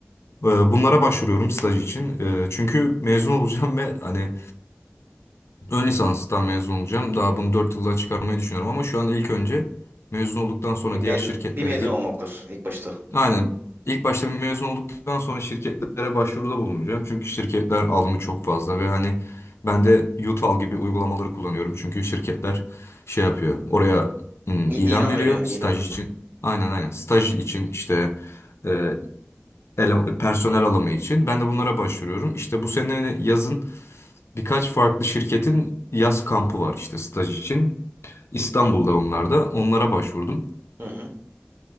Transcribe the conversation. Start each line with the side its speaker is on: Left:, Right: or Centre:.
Left: E, bunlara başvuruyorum staj için. E, çünkü mezun olacağım ve hani ön lisanstan mezun olacağım. Daha bunu 4 yılda çıkarmayı düşünüyorum ama şu an ilk önce mezun olduktan sonra
Right: Bir
Left: diğer
Right: mezun,
Left: şirketlere
Right: bir mezun
Left: girip
Right: olmalıdır ilk başta.
Left: Aynen. İlk başta bir mezun olduktan sonra şirketlere başvuruda bulunacağım. Çünkü şirketler alımı çok fazla ve hani ben de Yutal gibi uygulamaları kullanıyorum. Çünkü şirketler şey yapıyor. Oraya hmm,
Right: İ
Left: ilan
Right: ilan
Left: veriyor
Right: veriyor, ilan
Left: staj
Right: veriyor.
Left: için. Aynen aynen. Staj için işte e, ele- personel alımı için. Ben de bunlara başvuruyorum. İşte bu sene yazın birkaç farklı şirketin yaz kampı var işte staj için. İstanbul'da onlar da. Onlara başvurdum.
Right: Hı hı.